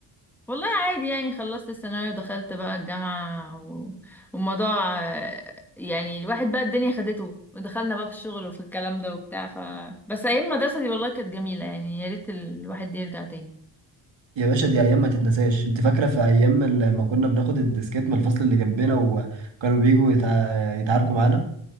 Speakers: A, in the centre; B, on the right (about 65°).
A: والله عادي يعني خلصت الثانوية ودخلت بقى الجامعة و... والموضوع آه، يعني الواحد بقى الدنيا خدته ودخلنا بقى في الشغل وفي الكلام ده وبتاع ف بس ايام المدرسة دي والله كانت جميلة يعني يا ريت الواحد يرجع تاني
B: يا باشا دي ايام ما تتنساش انت فاكرة في ايام ال- ما كنا بناخد الديسكات من الفصل اللي جنبنا وكانوا بيجوا يتع... يتعاركوا معانا